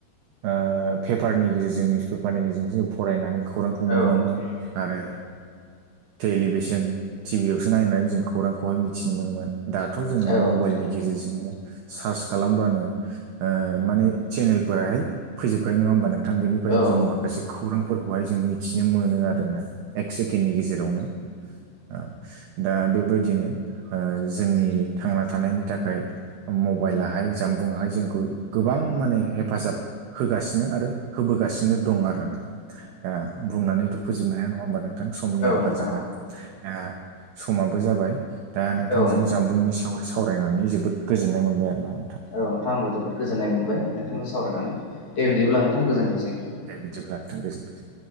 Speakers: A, on the right; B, on the left.
A: ओ पेपारनि गेजेरजों निउस पेपारनि गेजेरजोंसो जों फरायनानै खौरांखौ
B: औ
A: मोनोमोन
B: नोंथां औ नोंथां औ नोंथां
A: आरो टेलिभिसन टिभियावसो नायनानै जों खौरांखौहाय मिथि मिथिनो मोनोमोन दाथ' जोङो
B: औ नोंथां औ
A: मबाइलनि
B: नोंथां
A: गेजेरजोंनो सार्च खालामबानो ओ माने चेनेलफोरावहाय होजोबखायो नङा होमबा नोंथां बेनिफ्रायनो
B: औ
A: जोङो माखासे खौरांफोरखौहाय जों मिथिनो मोनो आरोना एक सेकेन्डनि गेजेरावनो ओ दा बेबायदिनो ओ जोंनि थांना थानायनि थाखाय मबाइलाहाय जानबुङाहाय जोंखौ गोबां माने हेफाजाब होगासिनो आरो होबोगासिनो दं आरोना दा बुंनानैथ' फोजोबनो हाया नङा होमबा नोंथां समनि आंखाल
B: नोंथां
A: जोंहा दा समाबो जाबाय। दा नोंथांजों
B: औ नोंथां
A: जामबुंनि सायाव सावरायनानै जोबोद गोजोननाय मोनबाय आरोना नोंथां।
B: औ नोंथां आं जोबोद गोजोन्नाय मोनबाय नोंथांजों सावरायनानै दे बिदिब्ला नोंथां गोजोन्थोंसै।
A: औ दे बिदिब्ला नोंथांथों गोजोन्थोंसै।